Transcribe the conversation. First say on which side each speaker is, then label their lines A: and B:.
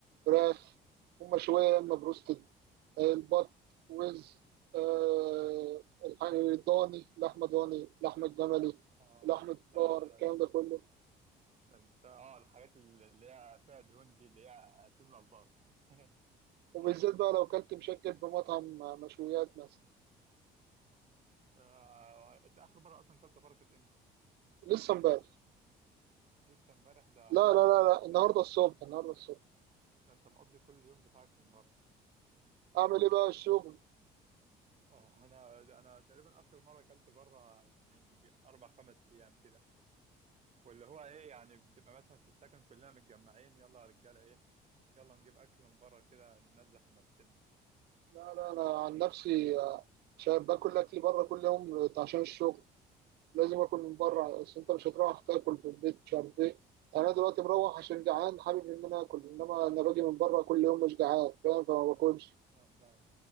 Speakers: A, on the right; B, on the right.
A: فراخ هم شويه يا اما بروستد آه، البط وز آه، الحاجة- الضاني لحمه ضاني لحمه جملي
B: اه
A: لحمه
B: لا
A: بقر
B: لا
A: الكلام
B: لا،
A: ده كله
B: انت اه الحاجات اللي هي فيها دهون دي اللي هي تملى البطن <laughs>
A: وبالذات بقى لو كلت مشكل في مطعم مشويات مثلا
B: آه، انت اخر مره اصلا كلت بره كانت امتى
A: لسه امبارح
B: لسه امبارح ده
A: لا
B: حرفيا
A: لا لا
B: مقضي
A: لا النهارده
B: كل
A: الصبح النهارده الصبح
B: ده انت مقضي كل يوم بتاعك من بره
A: اعمل ايه بقى الشغل
B: اه انا انا تقريبا اخر مره اكلت بره يعني يجي اربع خمس ايام كده واللي هو ايه يعني بتبقى مثلا في السكن كلنا متجمعين يلا يا رجاله ايه يلا نجيب اكل من بره كده ننزه عن نفسنا
A: لا لا انا عن نفسي آه، شايف باكل اكل بره كل يوم آه، عشان الشغل لازم اكل من بره
B: اه
A: بس انت مش هتروح تاكل في البيت مش عارف ايه يعني انا دلوقتي مروح عشان
B: اه
A: جعان حابب ان انا اكل انما انا باجي من بره كل يوم مش جعان فاهم فما باكلش
B: اه فعلا